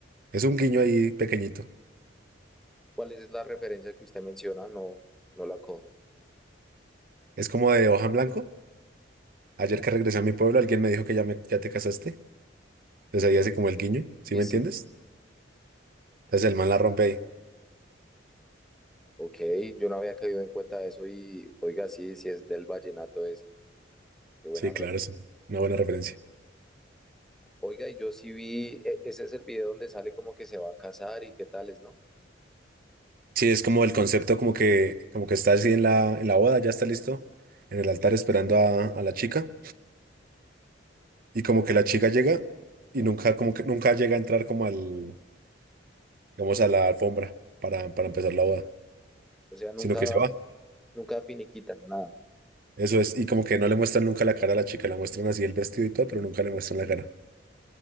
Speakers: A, on the right; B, in the centre.
A: Es un guiño ahí pequeñito.
B: ¿Cuál es la referencia que usted menciona? No, no la cojo.
A: Es como de hoja en blanco. Ayer que regresé a mi pueblo, alguien me dijo que ya, me, ya te casaste. Entonces ahí hace como el guiño, ¿sí
B: Y
A: me
B: sí,
A: entiendes? Entonces el man la rompe ahí.
B: Ok, yo no había caído en cuenta de eso y oiga, sí, sí es del vallenato ese. Qué buena
A: Sí,
B: red.
A: claro, es una buena referencia.
B: Oiga, y yo sí vi, e- ese es el video donde sale como que se va a casar y qué tales, ¿no?
A: Sí, es como el concepto como que, como que está así en la, en la boda, ya está listo, en el altar esperando a, a la chica, y como que la chica llega y nunca, como que nunca llega a entrar como al, digamos, a la alfombra para, para empezar la boda,
B: O sea, nunca,
A: sino que se va.
B: nunca finiquitan nada.
A: Eso es, y como que no le muestran nunca la cara a la chica, la muestran así el vestido y todo, pero nunca le muestran la cara.